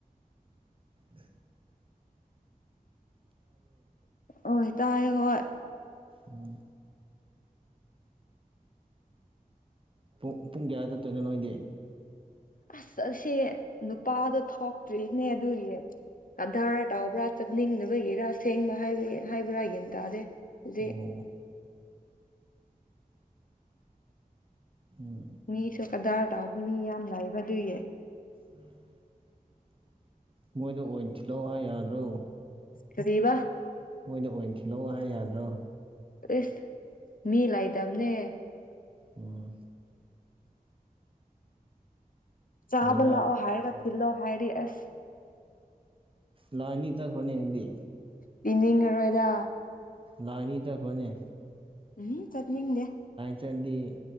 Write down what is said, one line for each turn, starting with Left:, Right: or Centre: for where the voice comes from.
Right: ꯎ
Left: ꯑꯣꯏ ꯇꯥꯏ ꯍꯣꯏ
Right: ꯑꯣꯝ ꯄꯨꯡ ꯄꯨꯡ ꯀꯌꯥꯗ ꯇꯣꯏꯅ ꯅꯣꯏꯗꯦ
Left: ꯑꯁ ꯑꯁꯤ ꯅꯨꯄꯥꯗꯣ ꯊꯣꯛꯇ꯭ꯔꯤꯅꯦ ꯑꯗꯨꯒꯤ ꯀꯙꯔ ꯇꯥꯎꯕ꯭ꯔꯥ ꯆꯥꯅꯤꯡꯅꯕꯒꯤꯔ ꯁꯦꯡꯕ ꯍꯥꯏꯕꯒꯤ ꯍꯥꯏꯕ꯭ꯔꯥꯒꯤꯅꯤ ꯇ ꯑꯗꯦ ꯗꯤ
Right: ꯑꯣ ꯎꯝ
Left: ꯃꯤꯁꯨ ꯀꯗꯥꯔ ꯇꯥꯎꯕ ꯃꯤ ꯌꯥꯝ ꯂ ꯂꯩꯕ ꯑꯗꯨꯏꯌꯦ
Right: ꯎꯝ ꯃꯣꯏꯗ ꯑꯣꯏꯅ ꯊꯤꯜꯂꯛꯑꯣ ꯍꯥꯏ ꯌꯥꯗ꯭ꯔꯣ
Left: ꯀꯗꯤꯕ
Right: ꯃꯣꯏꯗ ꯑꯣꯏꯅ ꯊꯤꯜꯂꯛꯑꯣ ꯍꯥꯏ ꯌꯥꯗ꯭ꯔꯣ
Left: ꯑꯦꯁ ꯃꯤ ꯂꯥꯏꯗꯝꯅꯦ
Right: ꯑꯣ
Left: ꯆꯥꯕꯜꯂ
Right: ꯕꯖꯥꯔ
Left: ꯑꯣ ꯍꯥꯏꯔ ꯀ ꯊꯂꯣ ꯍꯥꯏꯔꯤ ꯑꯁ
Right: ꯂꯣꯏꯅꯤ ꯇ ꯈꯅꯤꯗꯤ
Left: ꯄꯤꯅꯤꯡꯉꯔꯣꯏꯗ
Right: ꯂꯥꯏꯅꯤ ꯇꯛꯄꯅꯦ
Left: ꯎꯝ ꯆꯠ ꯅꯤꯡꯗꯦ
Right: ꯆꯠꯂꯤ